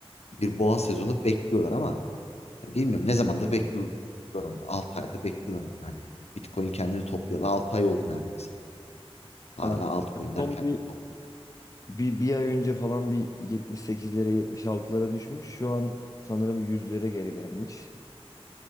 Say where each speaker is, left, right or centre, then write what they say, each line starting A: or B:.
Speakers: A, on the left; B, on the left.
A: bir boğa sezonu bekliyorlar ama bilmiyorum ne zamandır bekliyorlar onu. 6 aydır bekliyorlar yani. Hani Bitcoin kendini toplayalı 6 ay oldu neredeyse. Hala
B: Aynen.
A: altcoin'ler
B: Son
A: kendini
B: bir,
A: toplayacak.
B: bir, bir ay önce falan bir 78'lere 76'lara düşmüş. Şu an sanırım yüzlere geri gelmiş.